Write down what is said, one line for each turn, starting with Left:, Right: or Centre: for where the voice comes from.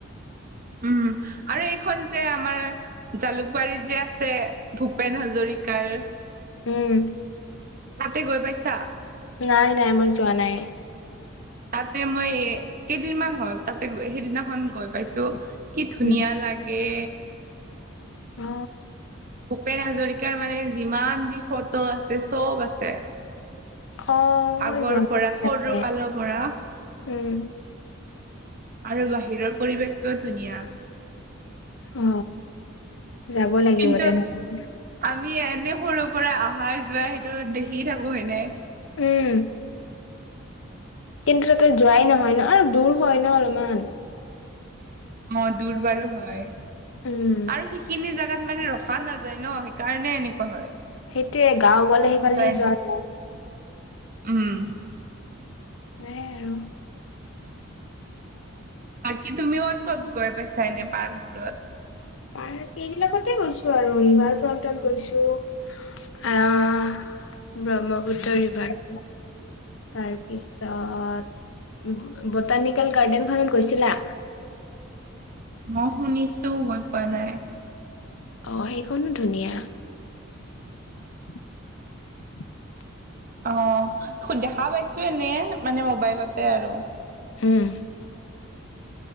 Right: উম আৰু এইখন যে আমাৰ জালুকবাৰীত যে আছে। ভূপেন হাজৰিকাৰ।
Left: উম
Right: তাতে গৈ পাইছা।
Left: নাই নাই মই যোৱা নাই।
Right: তাতে মই এ কেইদিনমান হ'ল তাতে সেইদিনাখন গৈ পাইছো। কি ধুনীয়া
Left: উম
Right: লাগে।
Left: অ
Right: ভূপেন হাজৰিকাৰ মানে যিমান যি ফটো আছে চব আছে।
Left: অ
Right: আগৰ
Left: মই যোৱা নাই
Right: পৰা
Left: তাতে
Right: সৰু কালৰ পৰা।
Left: উম
Right: আৰু বাহিৰৰ পৰিৱেশটোও ধুনীয়া।
Left: অ, যাব লাগিব
Right: কিন্তু
Left: তেনেহলে।
Right: আমি এনে সৰুৰ পৰাই আহাই যোৱাই সেইটো দেখি থাকো হয়নে।
Left: উম কিন্তু তাতে যোৱাই নহয় ন আৰু দূৰ হয় ন অলমান।
Right: অ দূৰ বাৰু হয়
Left: উম
Right: আৰু সিখিনি জাগাত মানে ৰখা নাযায় ন সেইকাৰণে এনেকুৱা হয়।
Left: সেইটোৱে গাঁও গলে সেইফালে
Right: যোৱাই
Left: দি যোৱা
Right: ন
Left: হয়।
Right: উম
Left: সেয়াই আৰু
Right: বাকী তুমি ক'ত ক'ত গৈ পাইছা এনে পাৰ্কবোৰত।
Left: পাৰ্ক এইবিলাকতে গৈছো আৰু ৰিভাৰ ফ্ৰন্টেন গৈছো। আহ ব্ৰহ্মপুত্ৰ ৰিভাৰ- তাৰপিছত বটানিকেল গাৰ্ডেনখনত গৈছিলা।
Right: ম শুনিছো গৈ পোৱা নাই।
Left: অঁ সেইখনো ধুনীয়া। <unintelligible>
Right: অ খো দেখা পাইছো এনে মানে মোবাইলতে আৰু।
Left: উম